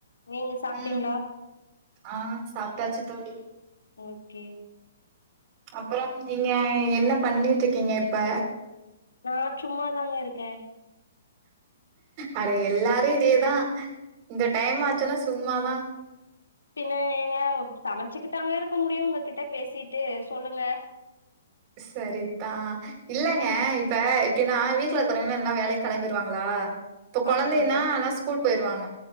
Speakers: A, on the left; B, on the right.
A: நீங்க சாப்ட்டீங்களா
B: ம் ஆ சாப்ட்டாச்சு தோழி
A: ஓகே
B: அப்புறம் நீங்க என்ன பண்ணிட்ருக்கீங்க இப்ப
A: நா சும்மாதாங்க இருக்கே
B: ஆட எல்லாரு இதேதா இந்த டைம் ஆச்சுன்னா சும்மாதா
A: பின்ன எங்க சமச்சுக்கிட்டாங்க இருக்க முடியு உங்ககிட்ட பேசிட்டு சொல்லுங்க
B: சரிதா இல்லங்க இப்ப எப்டின்னா வீட்ல இருக்குறங்கன்னா எல்லா வேலைக் கெளம்பிடுவாங்களா இப்ப கொழந்தைன்னா
A: ஆமாங்க
B: ஆனா ஸ்கூல் போயிருவாங்க